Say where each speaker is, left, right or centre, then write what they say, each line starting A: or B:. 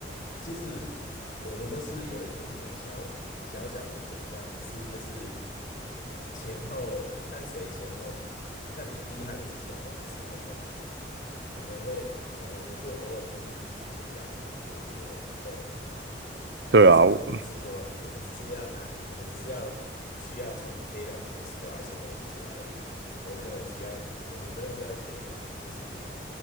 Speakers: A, on the left (about 50°); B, on the right (about 75°).
A: 其实我们都是有一点点小小小的前端，只是就是前后看谁前后，看你厉害的是前端还是后端而已。我们会，我们也是偶尔会去写一些 Java，写一些 Go，
B: 对啊，
A: 可是我们只是说，
B: 我嗯
A: 我们只是要拿，我们只是要需要从 database draw 一些东西出来而已。我们没有需要，我们没有需要写很就是